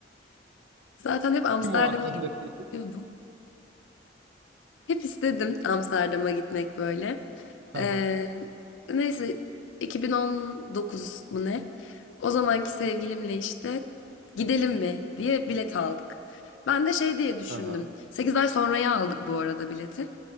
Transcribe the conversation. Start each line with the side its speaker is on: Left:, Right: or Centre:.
Left: Zaten hep Amsterdam'a
Right: Kim o aklındaki?
Left: gitmek istiyordum.
Right: <laughs>
Left: Hep istedim Amsterdam'a gitmek böyle.
Right: Hı
Left: Ee,
Right: hı.
Left: neyse 2019 mu ne? O zamanki sevgilimle işte gidelim mi diye bilet aldık. Ben de şey diye düşündüm.
Right: Hı hı.
Left: 8 ay sonraya aldık bu arada bileti.